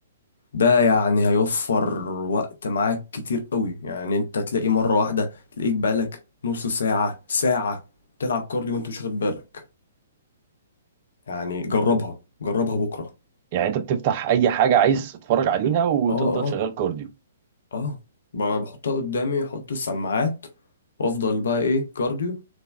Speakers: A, on the left; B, on the right.
A: ده يعني هيوفر وقت معاك كتير قوي يعني انت تلاقي مرة واحدة تلاقيك بقالك نص ساعة ساعة تلعب كارديو وانت مش واخد بالك يعني جربها جربها بكرة
B: يعني انت بتفتح اي حاجه عايز تتفرج عليها وتفضل
A: اه
B: شغال كارديو
A: اه ب- بحطها قدامي احط السماعات وافضل بقى ايه كارديو